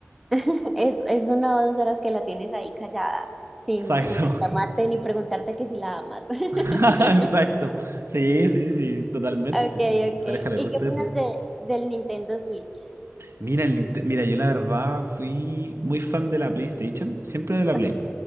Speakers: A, in the centre; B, on the right.
A: <laughs> Es, es una o dos horas que la tienes ahí callada, sin,
B: <laughs> ¿Sabes?
A: sin reclamarte ni preguntarte que si la amas. <laughs>
B: <laughs> Exacto. Sí, sí, sí, totalmente.
A: Ok,
B: Sí, a mi
A: ok.
B: pareja le
A: ¿Y
B: gusta
A: qué opinas
B: eso.
A: de, del Nintendo Switch?
B: Mira, el Ninte- mira, yo la verdad fui muy fan de la PlayStation, siempre de la
A: Ah,
B: Play.